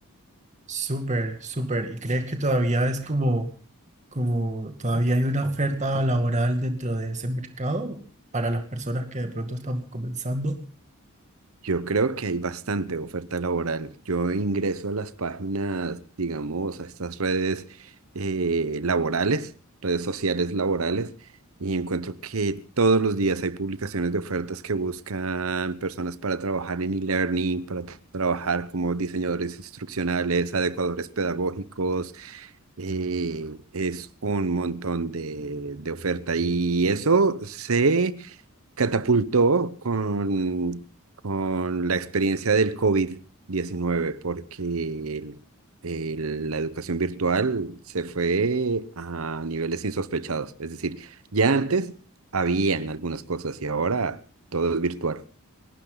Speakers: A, on the right (about 35°); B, on the right (about 70°).
A: Súper, súper. ¿Y crees que todavía es como... como todavía hay una oferta laboral dentro de ese mercado para las personas que de pronto estamos comenzando.
B: Yo creo que hay bastante oferta laboral. Yo ingreso a las páginas, digamos, a estas redes eh, laborales, redes sociales laborales, y encuentro que todos los días hay publicaciones de ofertas que buscan personas para trabajar en e-learning, para tra- trabajar como diseñadores instruccionales, adecuadores pedagógicos. eh, es un montón de, de oferta y eso se catapultó con, con la experiencia del covid diecinueve porque el- el- la educación virtual se fue a niveles insospechados. Es decir, ya antes habían algunas cosas y ahora todo es virtual.